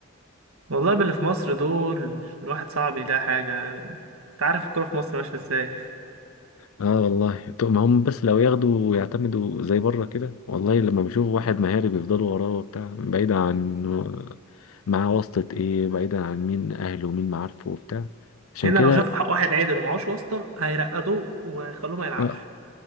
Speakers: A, on the right (about 80°); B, on the left (about 75°).
A: والله باللي في مصر دول الواحد صعب يلاقي حاجة يعني انت عارف الكورة في مصر ماشية ازاي
B: اه والله طب ما هم بس لو ياخدوا ويعتمدوا زي بره كده والله لما بيشوفوا واحد مهاري بيفضلوا وراه وبتاع بعيدا عن معاه واسطة ايه بعيدا عن مين اهله ومين معارفه وبتاع عشان
A: هنا
B: كده
A: لو شافوا حق واحد عدل ومعهوش واسطة هيرقدوه ويخلوه ما يلعبش
B: اه,